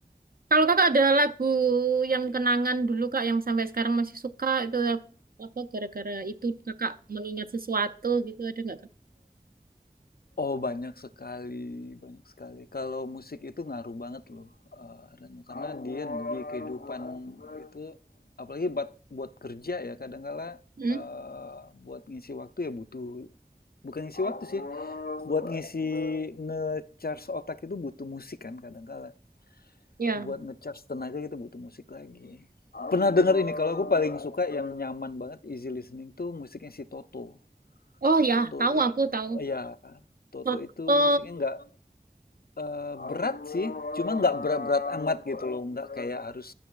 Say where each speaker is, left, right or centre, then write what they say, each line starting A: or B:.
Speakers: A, on the right; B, on the left.
A: Kalau kakak ada lagu yang kenangan dulu kak yang sampai sekarang masih suka itu apa gara-gara itu kakak mengingat sesuatu gitu ada nggak kak?
B: Oh, banyak sekali, banyak sekali. Kalau musik itu ngaruh banget loh, eh, Reno. Karena dia di kehidupan itu, apalagi buat, buat kerja ya, kadangkala
A: Hmm?
B: eh, buat ngisi waktu ya butuh, bukan ngisi waktu sih, buat ngisi nge-charge otak itu butuh musik kan kadangkala.
A: Ya.
B: Buat nge-charge tenaga itu butuh musik lagi. Pernah dengar ini, kalau aku paling suka yang nyaman banget, easy listening tuh musiknya si Toto.
A: Oh ya,
B: Toto
A: tahu
B: itu,
A: aku tahu.
B: ya Toto
A: Toto.
B: itu musiknya nggak, eee, berat sih, cuma nggak berat-berat amat gitu loh, nggak kayak harus